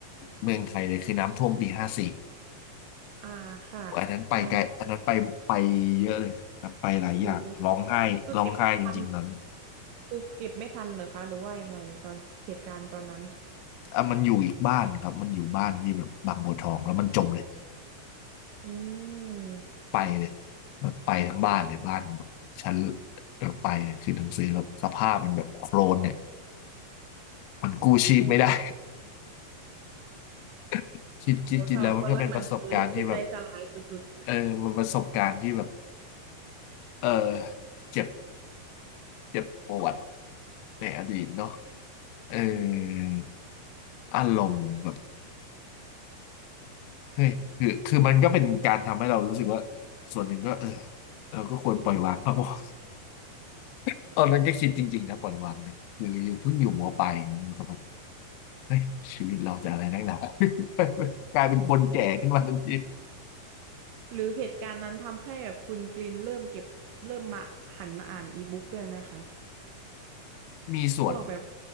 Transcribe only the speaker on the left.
เมืองไทยเลยคือน้ำท่วมปีห้าสี่
อันนั้นไปไกลอันนั้นไปไปเยอะเลยแบบไปหลายอย่างร้องไห้ร้องไห้จริงๆตอนนั้น
อ่ะมันอยู่อีกบ้านครับมันอยู่บ้านที่แบบบางบัวทองแล้วมันจมเลย
ไปเลยแบบไปทั้งบ้านเลยบ้านแบบชั้นแบบไปเลยคือหนังสือแบบสภาพมันแบบโคลนเนี่ยมันกู้ชีพไม่ได้
<laughs> คิดคิดคิดแล้วมันก็เป็นประสบการณ์ที่แบบ
เออมันประสบการณ์ที่แบบเออเจ็บเจ็บปวด ในอดีตเนาะ
เอออารมณ์แบบเฮ้ยคือคือมันก็เป็นการทำให้เรารู้สึกว่าส่วนหนึ่งก็เออเราก็ควรปล่อยวางบ้างวะ <laughs>
ตอนนั้นก็คิดจริงๆนะปล่อยวางเลยคืออยู่เพิ่งอยู่มปลายมันก็แบบเฮ้ยชีวิตเราจะอะไรนักหนา <laughs> กลายเป็นคนแก่ขึ้นมาทันที
มีส่วน